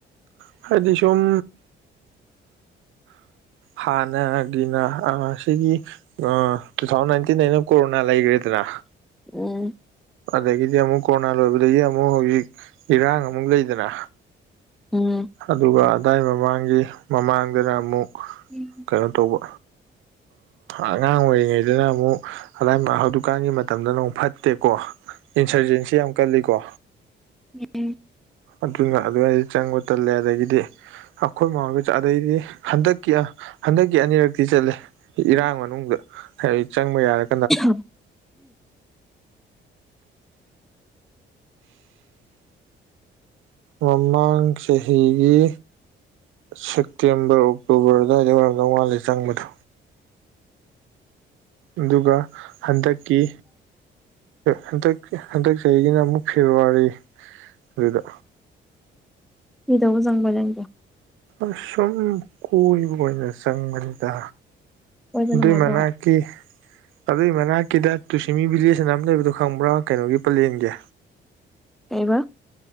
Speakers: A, on the right (about 80°); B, in the centre.
A: ꯍꯥꯏꯗꯤ ꯁꯨꯝ ꯍꯥꯟꯅꯒꯤꯅ ꯑ ꯁꯤꯒꯤ ꯑ ꯇꯨ ꯊꯥꯎꯖꯟꯅꯥꯏꯟꯇꯤꯟ ꯀꯣꯔꯣꯅꯥ ꯂꯩꯒ꯭ꯔꯦꯗꯅꯥ
B: ꯎꯝ
A: ꯑꯗꯒꯤꯗꯤ ꯑꯃꯨꯛ ꯀꯣꯔꯣꯅꯥ ꯂꯣꯏꯕꯗꯒꯤ ꯑꯃꯨꯛ ꯍꯧꯖꯤꯛ ꯏꯔꯥꯡ ꯑꯃꯨꯛ ꯂꯩꯗꯅ
B: ꯎꯝ
A: ꯑꯗꯨꯒ ꯑꯗꯥꯏ ꯃꯃꯥꯡꯒꯤ ꯃꯃꯥꯡꯗꯅ ꯑꯃꯨꯛ
B: ꯎꯝ
A: ꯀꯩꯅꯣ ꯇꯧꯕ ꯑꯉꯥꯡ ꯑꯣꯏꯔꯤꯉꯩꯗꯅ ꯑꯃꯨꯛ ꯑꯗꯥꯏ ꯀꯥꯟꯒꯤ ꯃꯇꯝꯗ ꯅꯣꯡ ꯐꯠꯇꯦꯀꯣ ꯏꯟꯁꯔꯖꯦꯟꯁꯤ ꯌꯥꯝ ꯀꯜꯂꯤꯀꯣ
B: ꯎꯝ
A: ꯑꯗꯨꯅ ꯑꯗꯨꯋꯥꯏꯗ ꯆꯪꯕ ꯇꯜꯂꯦ ꯑꯗꯒꯤꯗꯤ ꯑꯩꯈꯣꯏ ꯃꯔꯒ ꯑꯗꯩꯗꯤ ꯍꯟꯗꯛꯀꯤ ꯍꯟꯗꯛꯀꯤ ꯑꯅꯤꯔꯛꯇꯤ ꯆꯠꯂꯦ ꯏꯔꯥꯡ ꯃꯅꯨꯡꯗ ꯍꯥꯏ ꯆꯪꯕ ꯌꯥꯔꯥ
B: ꯎꯝ
A: ꯃꯃꯥꯡ ꯆꯍꯤꯒꯤ ꯁꯦꯛ ꯁꯦꯞꯇꯦꯝꯕꯔ ꯑꯣꯛꯇꯣꯕꯔ ꯑꯗꯥꯏꯗ ꯑꯣꯏꯔꯝꯗꯧ ꯃꯥꯜꯂꯦ ꯆꯪꯕꯗꯣ ꯑꯗꯨꯒ ꯍꯟꯗꯛꯀꯤ ꯍꯟꯗꯛ ꯍꯟꯗꯛ ꯆꯍꯤꯒꯤꯅ ꯑꯃꯨꯛ ꯐꯦꯕꯥꯋꯥꯔꯤ ꯑꯗꯨꯗ
B: ꯃꯤꯗꯧꯅ ꯆꯪꯕꯅꯦ ꯑꯗꯨ
A: ꯑꯁꯨꯝ ꯀꯣꯏꯕ ꯑꯣꯏꯅ ꯆꯪꯕꯅꯤꯗ
B: ꯀꯣꯏꯕ
A: ꯑꯗꯨꯏ
B: ꯅꯨꯡꯉꯥꯏꯕ꯭ꯔꯣ
A: ꯃꯅꯥꯛꯀꯤ ꯑꯗꯨꯏ ꯃꯅꯥꯛ ꯀꯤꯗ ꯇꯨꯁꯤꯃꯤ ꯚꯤꯂꯦꯖꯅ ꯑꯃ ꯂꯩꯕꯗꯣ ꯈꯪꯕ꯭ꯔꯥ ꯀꯩꯅꯣꯒꯤ ꯄꯂꯦꯟꯒꯤ
B: ꯀꯩꯕ